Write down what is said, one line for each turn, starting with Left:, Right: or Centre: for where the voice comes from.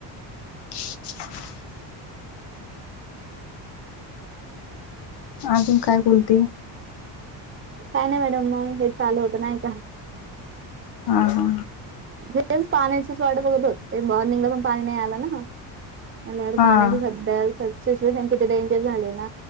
Left: <inaudible> अजून काय बोलते?
Right: काय नाही मॅडम मग, हे चालू होत नाही का?
Left: ह हा...
Right: हेच पाण्याचीच वाट बघत होते. मॉर्निंगला पण पाणी नाही आला ना. <unintelligible>
Left: हा
Right: शीचविशन किती डेंजर झाले ना